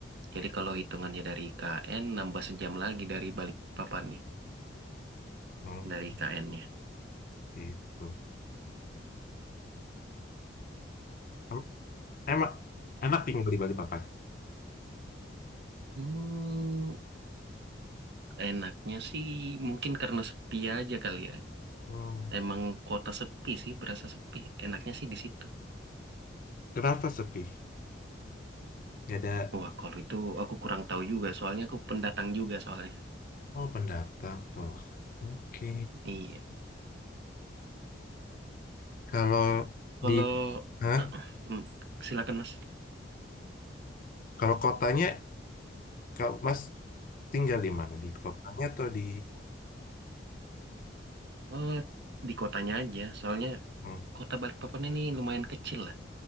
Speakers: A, on the right; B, on the left.
A: Jadi
B: ya.
A: kalau hitungannya dari IKN, nambah sejam lagi dari Balikpapannya.
B: hmm,
A: Dari IKN-nya.
B: gitu. Em- Emak, enak tinggal di Balikpapan.
A: Hmm, enaknya sih mungkin karena sepi aja kali ya.
B: Hmm,
A: Emang kota sepi sih, berasa sepi. Enaknya sih di situ.
B: kenapa sepi? Gak ada.
A: Wah, kalau itu aku kurang tahu juga, soalnya aku pendatang juga soalnya.
B: Oh, pendatang tuh. Oke.
A: Iya.
B: Kalau
A: Kalau
B: di, hah?
A: <clears throat> Hmm, silakan Mas.
B: Kalau kotanya, kalau Mas tinggal di mana? Di kotanya atau di
A: Oh, di kotanya aja, soalnya
B: hmm,
A: kota Balikpapan ini lumayan kecil lah.